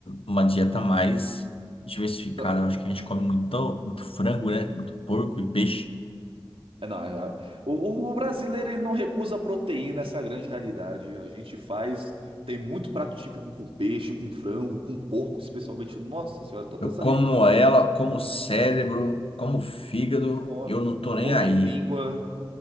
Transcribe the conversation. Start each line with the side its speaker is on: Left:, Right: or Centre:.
Left: uma dieta mais diversificada.
Right: Não,
Left: Eu acho que a gente come muito, muito frango, né? Muito porco e peixe.
Right: é, não, é, o, o- o brasileiro ele não recusa proteína, essa é a grande realidade. A gente faz. Tem muito prato típico com peixe, com frango, com porco, especialmente. Nossa senhora, tô até
Left: Eu
Right: salivando
Left: como
Right: aqui.
Left: ela, como cérebro, como fígado,
Right: Nossa,
Left: e eu não tô nem
Right: come
Left: aí.
Right: língua.